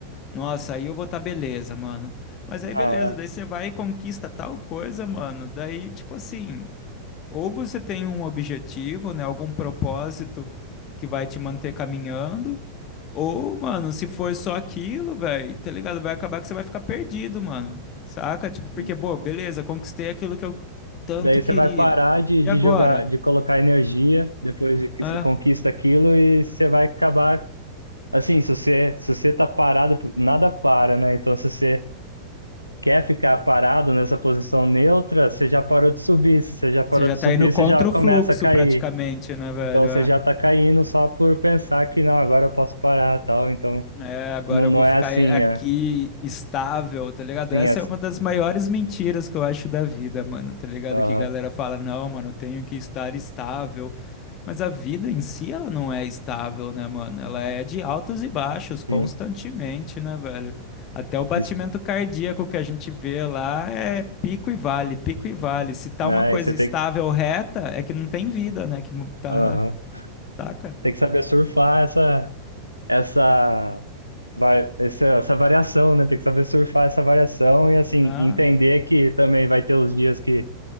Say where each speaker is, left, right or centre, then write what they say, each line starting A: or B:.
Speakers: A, on the left; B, on the left.
A: nossa, aí eu vou tá beleza, mano. Mas
B: não,
A: aí beleza,
B: é.
A: daí você vai e conquista tal coisa, mano. Daí, tipo assim, ou você tem um objetivo, né? Algum propósito que vai te manter caminhando, ou, mano, se for só aquilo, velho, tá ligado? Vai acabar que você vai ficar perdido, mano. Saca? Tipo, porque,
B: sim.
A: pô, beleza, conquistei aquilo que eu tanto
B: E daí
A: queria.
B: você vai parar de,
A: E
B: de
A: agora?
B: jogar, de colocar energia depois que
A: Hã?
B: você conquista aquilo e você vai acabar, assim, se você, se você tá parado, nada para, né? Então, se você quer ficar parado nessa posição neutra, você já parou de subir. Se você já parou
A: Você já
B: de
A: tá
B: subir,
A: indo contra
B: você já começa
A: o fluxo
B: a cair.
A: praticamente, né, velho?
B: Então você
A: É.
B: já está caindo só por pensar que não, agora eu posso parar, tal. Então
A: É, agora
B: não, não
A: eu vou
B: é
A: ficar
B: assim,
A: aqui
B: é.
A: estável, tá ligado?
B: Sim,
A: Essa
B: é.
A: é uma das maiores mentiras que eu acho da vida, mano, tá ligado?
B: Aham,
A: Que galera fala, não, mano, eu tenho que estar estável. Mas a vida em si, ela não é estável, né, mano? Ela é de altos e baixos,
B: sim.
A: constantemente, né, velho? Até o batimento
B: Isso,
A: cardíaco que a gente vê lá é pico e vale, pico e vale. Se tá
B: né?
A: uma coisa
B: E você tem,
A: estável,
B: que-
A: reta, é que não tem vida, né? Que mo- tá,
B: aham.
A: taca.
B: Tem que saber surfar essa essa vai- essa essa variação, né? Tem que saber surfar essa variação e assim
A: Ah,
B: entender que também vai ter os dias que